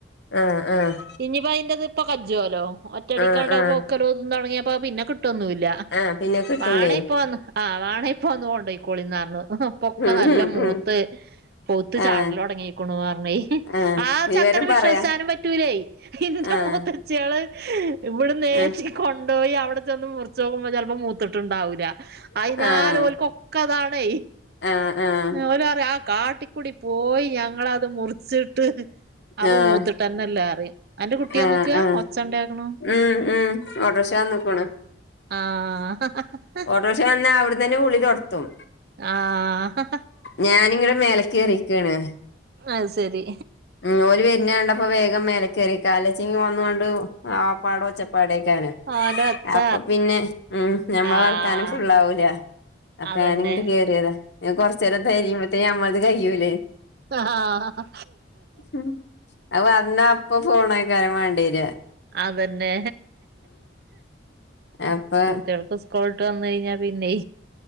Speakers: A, on the left (about 60°); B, on the right (about 55°).
A: ആഹ് ആഹ്
B: ഇഞ്പ്പൊ അയ്ൻ്റെത് പ്പൊ കജോല്ലോ ഒറ്റടിക്കാണ്ടത്
A: ആഹ് ആഹ്
B: പൗക്കലുംതും തൊട്ങ്ങ്യപ്പത് പിന്നെ കിട്ടൊന്നുല്ല.
A: ആഹ് പിന്നെ കിട്ടൂലേ
B: വാണേയ് പോന്ന് ആ വാണേയ് ഇപ്പ വന്ന് കൊണ്ടൊയ്ക്കോളിന്നാണ് പൊക്ക
A: ഉം
B: നല്ല
A: ഉം
B: മൂത്ത്
A: ഉം
B: പൊത്ത്
A: ആഹ്
B: ചാടലൊടങ്ങീക്കുണു പറണേയ്
A: ആഹ്
B: ആ
A: വിവരം
B: ചക്കന
A: പറയാ
B: വിശ്വസിച്ചാനും പറ്റൂലേ ഇതിന്റെ
A: ആഹ്
B: മുഹത്ത് ച്ചേള് ഇവിടെ നേരിച്ചിക്ക്
A: ആഹ്
B: കൊണ്ടോയി അവിടെ ചെന്ന് മുറിച്ചു നോക്കുമ്പോ ചിലപ്പോ മൂത്തിട്ടുണ്ടാവൂല അയിനാല്
A: ആഹ്
B: ഓൽക്കുക്ക അതാണേ
A: ആഹ് ആഹ്
B: ഓല് പറയാ കാട്ടിക്കുടി പോയി ഞങ്ങളത് മുറിച്ചിട്ട് അവ
A: ആഹ്
B: മൂത്തിട്ടന്നല്ല പറീം അന്റെ കുട്ടി
A: ആഹ്
B: വന്ന്ക്കാ
A: ആഹ്
B: ഒച്ച ഉണ്ടേക്കണു
A: ഉം ഉം ഉം ഓട്ടർഷാ വന്ന്ക്ക്ണ്
B: ആ
A: ട്രേഷതന്ന അവിടന്ന് തന്ന ഗുളിക ഒർത്തും
B: ആഹ്
A: ഞാനിങ്ങനെ മേലെക്ക് കേറിയേക്കണ്
B: അത് ശരി
A: ഉം ഓല് വെരുന്ന കണ്ടപ്പോ വേഗം മേലെക്കേറിക്കാ അല്ലൊച്ചിങ്ങ് ഒന്നു കൊണ്ട് ആപ്പാടോച്ചപ്പാടേക്കാന്.
B: ഓന്റെ ഒച്ച
A: അപ്പൊ പിന്നെ ഉം ഞമ്മള
B: ആഹ്
A: വർത്താനം ഫുള്ളാവൂല. അപ്പ
B: അതന്നെ
A: ഞാന ഇങ്ങോട്ട് കേയറിയതാ കൊറച്ച നേരം തരിയുമ്പോഴത്തേ നഞമ്മളത് കഴ്യൂലേ.
B: ആഹ.
A: ഉ അ വന്നാ അപ്പൊ ഫോണ ആായിക്കാരൻ വേണ്ടിരാ.
B: അതന്നെ
A: അപ്പൊ
B: കുട്ടികൾക്ക്. സ്‌കൂൾട്ട് വന്ന കഴിഞ്ഞാ പിന്നെ.